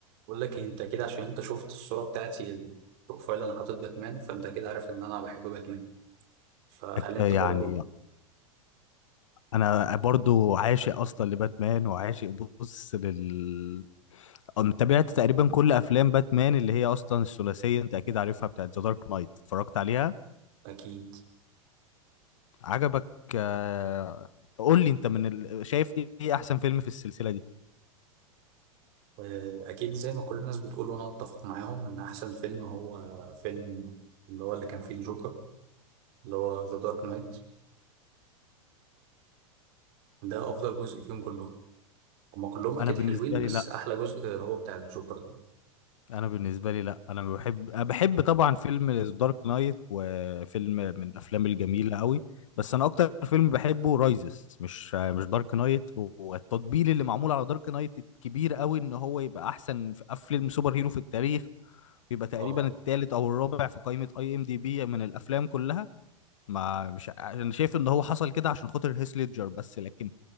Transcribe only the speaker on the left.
أك-
يعني
انا برضو عاشق اصلا لباتمان وعاشق بص لل أنا تابعت تقريبا كل افلام باتمان اللي هي اصلا الثلاثيه انت اكيد عارفها بتاعت ذا دارك نايت اتفرجت عليها
عجبك آه، قول لي انت من ال... شايف ايه احسن فيلم في السلسله دي
انا بالنسبه
لي لا
انا بالنسبه لي لا انا بحب أنا بحب طبعا فيلم دارك نايت وفيلم من الافلام الجميله قوي بس انا اكتر فيلم بحبه رايزس مش مش دارك نايت والتطبيل اللي معمول على دارك نايت الكبير قوي ان هو يبقى احسن في فيلم سوبر هيرو في التاريخ ويبقى تقريبا
الثالث او الرابع في قائمه اي ام دي بي من الافلام كلها ما مش ع- انا شايف ان هو حصل كده عشان خاطر هيث ليدجر بس لكن